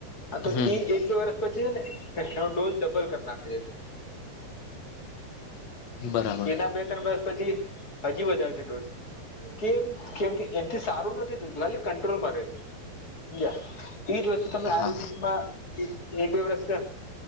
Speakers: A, on the left (about 25°); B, on the left (about 55°).
A: હા, તો
B: હમ
A: ઈ એક બે વર્ષ પછી છે ને, એનો ડોઝ ડબલ કરી નાખે છે.
B: બરાબર
A: એના બે ત્રણ વર્ષ પછી હજી વધારશે ડોઝ. કેમ? કેમ કે એનથી સારું નથી થતું, ખાલી કંટ્રોલમાં રહે છે. એજ વસ્તુ તમે આયુર્વેદિક
B: હા
A: માં એક બે વર્ષ થ્યાં.